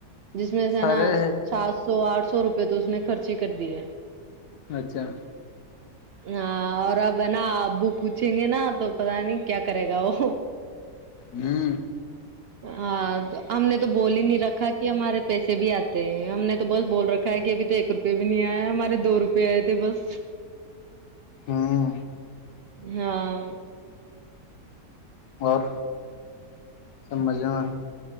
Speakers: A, on the right (about 80°); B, on the left (about 80°).
A: جس میں سے
B: سارے
A: نا
B: ہے
A: سات سو آٹھ سو روپئے تو اس نے خرچ ہی کر دی ہے
B: اچھا
A: ہاں اور اب ہے نا ابو پوچھیں گے نا تو پتا نہیں کیا کرے گا وہ
B: ہوں
A: ہاں ہم نے تو بول ہی نہیں رکھا کہ ہمارے پیسے بھی آتے ہیں ہم نے تو بس بول رکھا ہے کہ ابھی تو ایک روپئے بھی نہیں آئے ہمارے دو روپئے آئے تھے بس
B: ہاں
A: ہاں
B: اور سب مجے میں